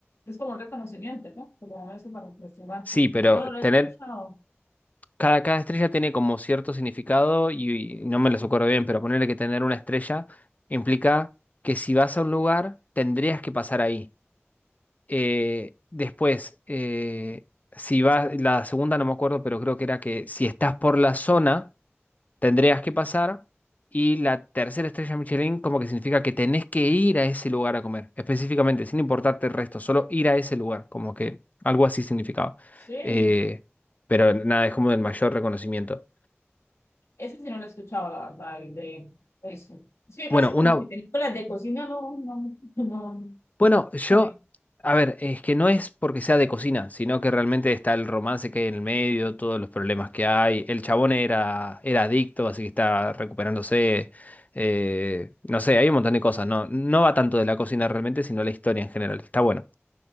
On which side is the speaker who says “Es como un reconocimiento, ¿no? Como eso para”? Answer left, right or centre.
Left